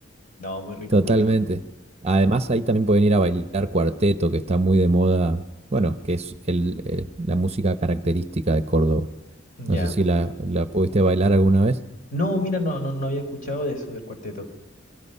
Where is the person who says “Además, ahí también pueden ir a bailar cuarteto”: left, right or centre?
Right